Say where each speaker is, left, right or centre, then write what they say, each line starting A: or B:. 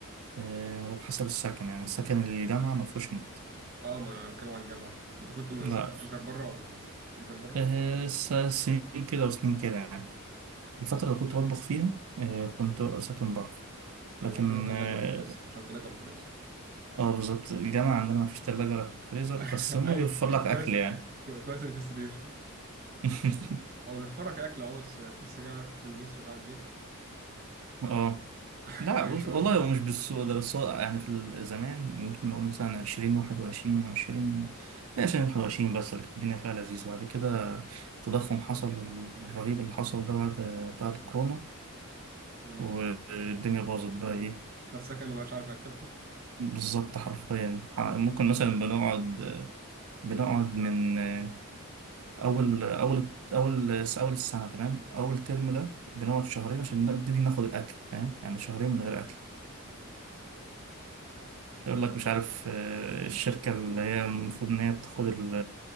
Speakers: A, on the right; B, on the right.
A: آه، وبحسب السكن يعني السكن الجامعة ما فيهوش نت
B: اه ما انا بتكلم على الجامعة انت كنت من
A: لا
B: ساك- اجر بره ولا اجر بره؟
A: آه، س- سنين كده وسنين كده يعني الفترة اللي كنت بطبخ فيها آه، كنت ساكن بره
B: ما
A: لكن
B: عشان التلاجة
A: اه
B: والفريزر عشان التلاجة والفريزر
A: آه، بالظبط الجامعة عندنا ما فيش تلاجة ولا فريزر
B: <laughs>
A: بس هما
B: ايوه
A: بيوفر لك أكل
B: كويس
A: يعني
B: كو- كويس ان في سرير
A: <laughs>
B: هو بيوفرك اكل اه بس تحس كده عارف انت الميس بتاع الجيش
A: اه
B: <laughs>
A: لا
B: حاجة
A: بص
B: شبهها
A: والله هو مش بالسوء ده بس هو يعني في ال- زمان ممكن نقول مثلا عشرين واحد وعشرين وعشرين عشرين واحد وعشرين بس اللي كانت الدنيا فيها لذيذة بعد كده التضخم حصل الرهيب اللي حصل ده بعد بعد كورونا
B: امم
A: والدنيا باظت بقى
B: ف-
A: ايه
B: فالسكن مبقاش عارف ياكلكوا
A: بالظبط حرفيا ممكن مثلا بنقعد بنقعد من آه، أول أول أول أول السنة تمام أول ترم ده بنقعد شهرين عشان نبتدي ناخد الأكل فاهم يعني شهرين من غير أكل يقول لك مش عارف آه، الشركة اللي هي المفروض إن هي بتاخد ال-